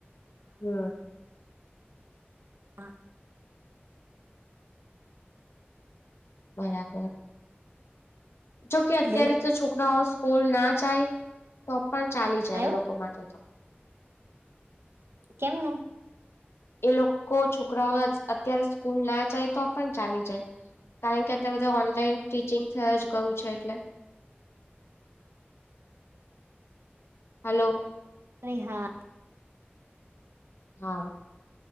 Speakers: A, on the left (about 85°); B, on the right (about 80°).
A: હમ.
B: હા.
A: બરાબર, જોકે અત્યારે
B: બોલો
A: તો છોકરાઓ સ્કૂલનાં જાય તો પણ ચાલી જાય
B: આયો
A: એ લોકો માટે તો.
B: કેમનું?
A: એ લોકો છોકરાઓ અત્યારે સ્કૂલ ના જાય તો પણ ચાલી જાય. કારણ કે અત્યારે બધાં ઓનલાઈન ટીચિંગ થય જ ગયું છે એટલે. હલો.
B: અરે હા.
A: હા,